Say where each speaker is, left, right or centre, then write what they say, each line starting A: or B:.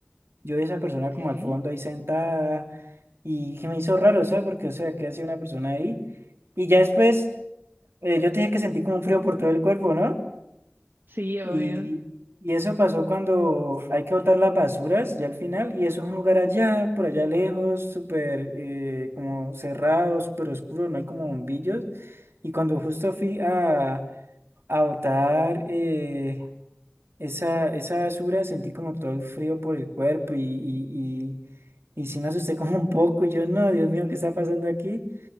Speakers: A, on the right; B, on the right.
A: yo vi a esa persona
B: Okay.
A: como al fondo ahí sentada y que me hizo raro, o sea, porque, o sea, que hacía una persona ahí. Y ya después eh, yo te dije que sentí como un frío por todo el cuerpo, ¿no?
B: Sí, obvio.
A: Y, y eso pasó cuando hay que botar las basuras ya al final, y eso es un lugar allá, por allá lejos, súper eh, como cerrado, súper oscuro, no hay como bombillos. Y cuando justo fui a, a botar eh, esa, esa basura, sentí como todo el frío por el cuerpo y, y, y, y sí me asusté <laughs> como un poco, y yo, no, Dios mío, ¿qué está pasando aquí?